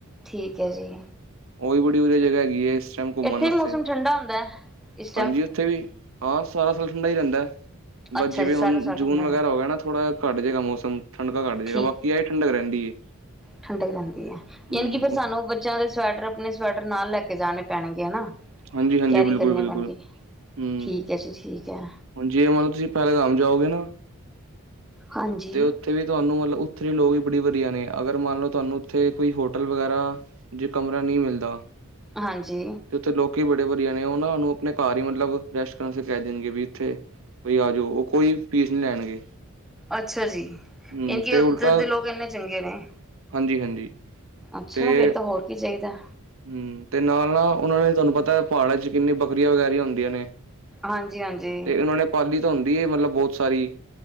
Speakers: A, in the centre; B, on the right (about 65°).
A: ਠੀਕ ਹੈ ਜੀ।
B: ਉਹੀ ਬੜੀ ਵਧੀਆ ਜਗ੍ਹਾ ਹੈਗੀ ਹੈ ਇਸ ਟਾਈਮ ਘੁੰਮਣ
A: ਇੱਥੇ
B: ਵਾਸਤੇ
A: ਵੀ ਮੌਸਮ
B: ਉੱਥੇ
A: ਠੰਡਾ ਹੁੰਦਾ ਹੈ ਇਸ ਟਾਈਮ
B: ਹਾਂਜੀ ਉੱਥੇ ਵੀ, ਹਾਂ ਸਾਰਾ ਸਾਲ ਠੰਡਾ ਹੀ ਰਹਿੰਦਾ ਬਸ
A: ਅੱਛਾ
B: ਜਿਵੇਂ
A: ਜੀ ਸਾਰਾ
B: ਹੁਣ
A: ਸਾਲ
B: ਜੂਨ
A: ਠੰਡਾ ਰਹਿੰਦਾ
B: ਵਗੈਰਾ ਹੋ ਗਿਆ ਨਾ ਥੋੜ੍ਹਾ ਘੱਟ ਜੇ ਗਾ ਮੌਸਮ। ਠੰਡਕਾ ਘੱਟ ਜਏਗਾ
A: ਠੀਕ
B: ਬਾਕੀ ਆ ਠੰਡਕ ਰਹਿੰਦੀ ਹੈ,
A: ਠੰਡਕ ਰਹਿੰਦੀ ਹੈ
B: ਹੂੰ।
A: ਯਾਨੀ ਕਿ ਫਿਰ ਸਾਨੂੰ ਬੱਚਿਆਂ ਦੇ ਸਵੈਟਰ ਆਪਣੇ ਸਵੈਟਰ ਨਾਲ ਲੈ ਕੇ ਜਾਣੇ ਪੈਣਗੇ ਹਨਾ
B: ਹਾਂਜੀ ਹਾਂਜੀ
A: ਕੈਰੀ
B: ਬਿਲਕੁਲ
A: ਕਰਨੇ
B: ਬਿਲਕੁਲ
A: ਪੈਣਗੇ,
B: ਹੂੰ
A: ਠੀਕ ਹੈ ਜੀ ਠੀਕ ਹੈ।
B: ਹੁਣ ਜੇ ਮਤਲਬ ਤੁਸੀਂ ਪਹਿਲਗਾਮ ਜਾਓਗੇ ਨਾ,
A: ਹਾਂਜੀ।
B: ਤੇ ਉੱਥੇ ਵੀ ਤੁਹਾਨੂੰ ਮਤਲਬ ਉੱਥੋਂ ਦੇ ਲੋਕ ਵੀ ਬੜੇ ਵਧੀਆ ਨੇ ਅਗਰ ਮੰਨ ਲਉ ਤੁਹਾਨੂੰ ਉੱਥੇ ਕੋਈ ਹੋਟਲ ਵਗੈਰਾ, ਜੇ ਕਮਰਾ ਨਹੀ ਮਿਲਦਾ,
A: ਹਾਂਜੀ।
B: ਤੇ ਉੱਥੇ ਲੋਕੀ ਬੜੇ ਵਧੀਆ ਨੇ ਉਹ ਨਾ ਉਹਨੂੰ ਆਪਣੇ ਘਰ ਹੀ ਮਤਲਬ ਰੈਸਟ ਕਰਨ ਵਾਸਤੇ ਕਹਿ ਦੇਣਗੇ ਵੀ ਇੱਥੇ, ਬਈ ਆ ਜਾਓ ਉਹ ਕੋਈ ਫੀਸ ਨਹੀ ਲੈਣਗੇ।
A: ਅੱਛਾ ਜੀ
B: ਹੂੰ
A: ਇਹਕਿ
B: ਤੇ
A: ਉੱਧਰ
B: ਉਲਟਾ
A: ਦੇ ਲੋਕ ਇੰਨੇ ਚੰਗੇ ਨੇ।
B: ਹਾਂਜੀ ਹਾਂਜੀ
A: ਅੱਛਾ
B: ਤੇ
A: ਫੇਰ ਤਾਂ ਹੋਰ ਕੀ ਚਾਹੀਦਾ।
B: ਹੂੰ ਤੇ ਨਾਲ-ਨਾਲ ਉਹਨਾਂ ਦੇ ਤੁਹਾਨੂੰ ਪਤਾ ਪਹਾੜਾਂ ਚ ਕਿੰਨੀ ਬੱਕਰੀਆਂ ਵਗੈਰੀਆਂ ਹੁੰਦੀਆਂ ਨੇ।
A: ਹਾਂਜੀ-ਹਾਂਜੀ।
B: ਤੇ ਉਹਨਾਂ ਨੇ ਪਾਲੀ ਤਾਂ ਹੁੰਦੀ ਹੈ ਮਤਲਬ ਬਹੁਤ ਸਾਰੀ,